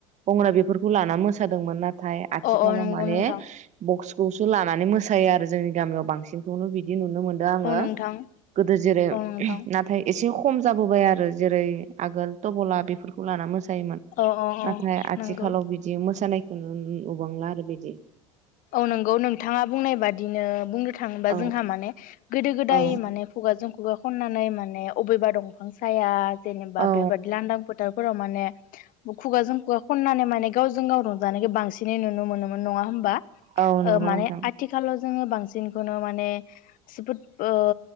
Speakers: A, on the right; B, on the left.
A: गंगोना बेफोरखौ लाना मोसादोंमोन नाथाय थाय आथिखालाव
B: अ अ नंगौ
A: माने
B: नोंथां
A: बक्सखौसो लानानै मोसायो आरो जोंनि गामियाव बां सिंखौनो बिदि नु नुनो मोनदों आङो
B: औ नोंथां
A: गोदो जेरै
B: औ नोंथां
A: नाथाय एसे खम जाबोबाय आरो। जेरै आगोलथबला बेफोर लाना मोसायोमोन
B: औ औ औ
A: नाथाय आथिखालाव
B: नंगौ
A: बिदि मोसानायखौ नु नुबांला आरो बिदि।
B: औ नंगौ नोंथाङा बुंनाय बादिनो बुंनो थाङोबा
A: औ
B: जोंहा माने गोदो गोदाय
A: औ
B: माने खुगाजों खुगा खननानै म माने अबेबा दंफां साया जेनोनि
A: औ
B: बेबादिफ लांदां फोथार राव माने खुगाजों खुगा खननानै माने गावजों गाव रंजानायखौ बांसिनै नुनो मोनोमोन नङा होन ओ
A: औ नंगौ
B: माने
A: नोंथां
B: आथिखाल जोङो बांसिनखौनो माने जोबोद ओ